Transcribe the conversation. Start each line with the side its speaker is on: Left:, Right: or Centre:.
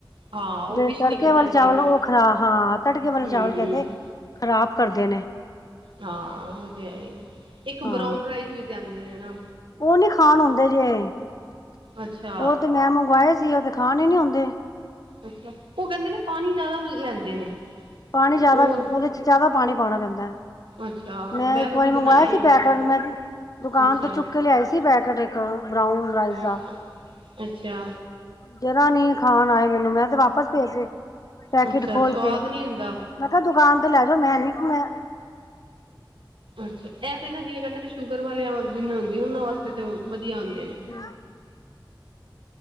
Right: ਹਾਂ ਉਹ
Left: ਜੇੇ
Right: ਪਿੱਛ
Left: ਤੜਕੇ
Right: ਨਿਕਲ
Left: ਵਾਲੇ
Right: ਜਾਂਦੀ
Left: ਚਾਵਲ
Right: ਹੈ ਨਾ
Left: ਉਹ ਖਰਾ ਹਾਂ ਤੜਕੇ ਵਾਲੇ
Right: ਹੂੰ
Left: ਚਾਵਲ ਕਹਿੰਦੇ
Right: ਹੂੰ
Left: ਖ਼ਰਾਬ ਕਰਦੇ ਨੇ।
Right: ਹਾਂ ਉਹ ਤੇ ਹੈ ਹੀ, ਇੱਕ
Left: ਹਾਂ
Right: ਬਰਾਉਨ ਰਾਈਸ ਵੀ ਤੇ ਆਂਦੇ ਨੇ ਨਾ।
Left: ਉਹ ਨੀ ਖਾਣ ਹੁੰਦੇ ਜੇ,
Right: ਅੱਛਾ
Left: ਉਹ ਤੇ ਮੈਂ ਮੰਗਵਾਏ ਸੀ ਉਹ ਤੇ ਖਾਣ ਹੀ ਨੀ ਹੁੰਦੇ।
Right: ਅੱਛਾ, ਉਹ ਕਹਿੰਦੇ ਨੇ ਪਾਣੀ ਜਿਆਦਾ ਲੈਂਦੇ ਨੇ।
Left: ਪਾਣੀ ਜ਼ਿਆਦਾ
Right: ਉਹ
Left: ਉਹਦੇ ਚ ਜਾਦਾ ਪਾਣੀ ਪਾਣਾ ਪੈਂਦਾ ਏ।
Right: ਅੱਛਾ
Left: ਮੈਂ ਇੱਕ
Right: ਕਦੀ
Left: ਵਾਰੀ
Right: ਬਣਾਏ
Left: ਮੰਗਵਾਇਆ ਸੀ
Right: ਨਹੀਂ
Left: ਪੈਕਟ ਮੈਂ ਦੁਕਾਨ
Right: ਅੱਛਾ
Left: ਤੋਂ ਚੁੱਕ ਕੇ ਲੀਏ ਸੀ ਪੈਕੇਟ ਇੱਕ ਬਰਾਊਨ ਰਾਈਸ
Right: ਹਾਂ
Left: ਦਾ।
Right: ਅੱਛਾ।
Left: ਜਰਾਂ ਨੀ ਖਾਣ ਆਏ ਮੈਨੂੰ, ਮੈਂ ਤੇ ਵਾਪਸ ਭੇੇਜਤੇ ਪੈਕੇਟ
Right: ਅੱਛਾ
Left: ਖੋਲ
Right: ਸਵਾਦ
Left: ਕੇ।
Right: ਨਹੀਂ ਹੁੰਦਾ
Left: ਮੈਂ ਕਿਹਾ ਦੁਕਾਨ ਤੇ ਲੈਜੋ ਮੈਂ ਨੀ ਮੈਂ
Right: ਇਹ ਤੇ ਨਾ ਜਿਵੇ ਕਹਿੰਦੇ ਸ਼ੂਗਰ ਵਾਲਿਆਂ ਜਿੰਨੂ ਹੁੰਦੀ ਏ ਉਹਨਾ ਵਾਸਤੇ ਵਧੀਆ ਹੁੰਦੇ ਨੇ।
Left: <inaudible> ਹਮ,